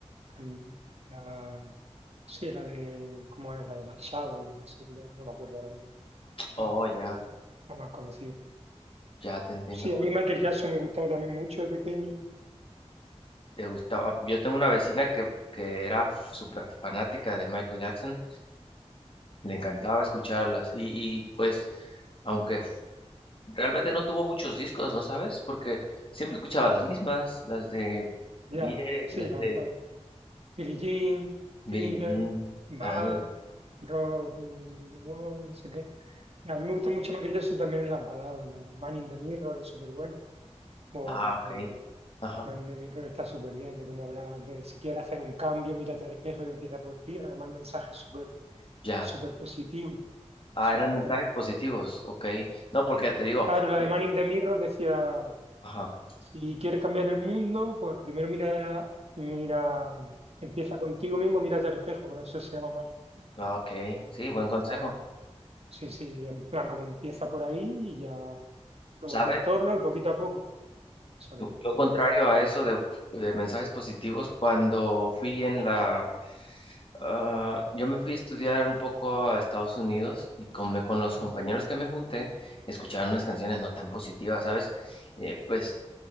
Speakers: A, on the right (about 65°); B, on the left (about 50°).
A: También, la- sí, la de, ¿cómo es? La de la Shadow, no sé, la- no me acuerdo ahora mismo. La,
B: Oh, ya,
A: la más conocida.
B: ya te entiendo.
A: Sí,
B: Ok.
A: a mí Michael Jackson me gustaba también mucho de pequeño.
B: ¿Te gustaba? Yo tengo una vecina que, que era súper fanática de Michael Jackson. Le encantaba escucharlas. Y, y pues, aunque realmente no tuvo muchos discos, ¿no sabes? Porque siempre escuchaba las mismas, las de
A: Ya,
B: Vire,
A: sí,
B: las
A: la,
B: de
A: la- Billie Jean, Thriller,
B: Billie Jean.
A: Bad,
B: ándale.
A: Rock, mm, no sé qué. A mí me gusta mucho Michael Jackson también en las baladas. La de Man in the Mirror es súper buena. o
B: Ah,
A: las
B: ok.
A: de
B: Ajá,
A: Man in the Mirror está súper bien, de cómo hablar de si quieres hacer un cambio, mírate al espejo y empieza por ti. Además, el mensaje es súper
B: ya.
A: súper positivo
B: Ah,
A: y súper
B: eran mensajes
A: bueno.
B: positivos, ok. No, porque te digo,
A: Claro, la
B: yo,
A: de Man in the Mirror decía,
B: ajá,
A: si quieres cambiar el mundo, pues primero mira, mira, empieza contigo mismo, mírate al espejo, por eso se llama Man in the Mirror.
B: ah, ok, sí, buen
A: Y está,
B: consejo.
A: sí, sí, en plan, como empieza por ahí y ya luego
B: ¿Sabes?
A: tu entorno y poquito a poco. O sea
B: Yo,
A: que,
B: yo
A: genial,
B: contrario a eso de, de mensajes positivos, cuando fui en la... ah, yo me fui a estudiar un poco a Estados Unidos y con, me- con los
A: ¿no?
B: compañeros que me junté, escuchaban unas canciones no tan positivas, ¿sabes? Eh, pues